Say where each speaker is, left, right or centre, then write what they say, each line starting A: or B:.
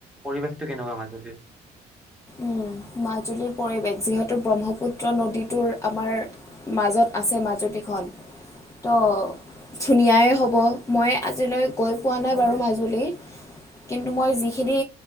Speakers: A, in the centre; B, on the left (about 20°).
A: পৰিৱেশটো কেনেকুৱা মাজুলীত?
B: উম মাজুলীৰ পৰিৱেশ যিহেতু ব্ৰহ্মপুত্ৰ নদীটোৰ আমাৰ, মাজত আছে মাজুলীখন, ত' ধুনীয়াই হ'ব। মই আজিলৈ গৈ পোৱা নাই
A: হয়
B: বাৰু মাজুলী, কিন্তু মই যিখিনি